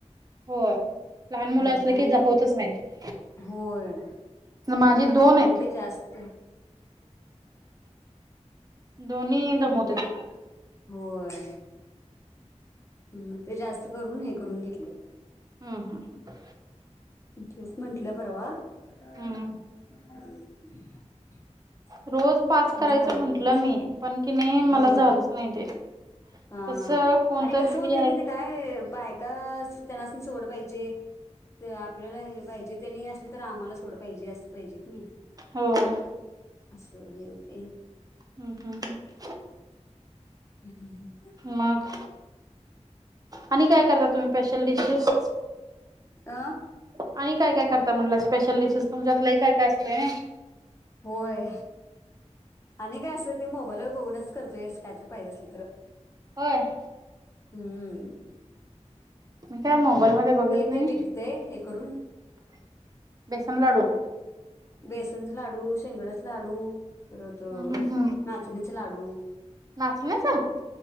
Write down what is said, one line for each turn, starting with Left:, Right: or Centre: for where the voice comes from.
Right: होय लहान मुलं
Left: म्हणताना
Right: असलं की जा
Left: मग
Right: होतच नाहीत
Left: होय
Right: माझी दोन आहेत
Left: मते जास्त
Right: दोन्ही दमवत्यात
Left: म ते होय. म ते जास्त करून हे करून घेतल्यात.
Right: हम्म हम्म हम्म.
Left: तेेच म्हटलं परवा <unintelligible>
Right: हम्म रोज पाच
Left: मग
Right: करायचं
Left: झालं
Right: म्हंटलं
Left: मग
Right: मी पण कीनी मला
Left: होय
Right: झालंच नाही ते
Left: हा
Right: कसं कोणतर
Left: आणि कसं
Right: फ्री
Left: होतय
Right: आहे
Left: माहितीय काय? बायका स त्यनासनी सवड पाहिजे. जे ते आपल्याला हे पाहिजे तरी असल तर आम्हालाच थोड पाहिजे अस पाहिजे कणी
Right: हो हम्म
Left: अस हे होतंय
Right: हम्म हम्म हम्म.
Left: <unintelligible>
Right: मग आणि काय करता तुम्ही स्पेशल डिशेश?
Left: आ
Right: आणि काय काय करता म्हटलं स्पेशल डिशेस, तुमच्यात लय काय काय असतय नई.
Left: होय. आणि काय असं ते मोबाईलवर बघूनच करतोय असं काय तर पाहिजे असलं तर.
Right: होय.
Left: हम्म हम्म.
Right: मी काय मोबाईल मध्ये बघत नाही.
Left: ते विकते हे करून
Right: बेसन लाडू
Left: बेसनच लाडू, शेंगदाण्याच लाडू, परत
Right: हम्म हम्म हम्म.
Left: नाचणीच लाडू
Right: नाचण्याचं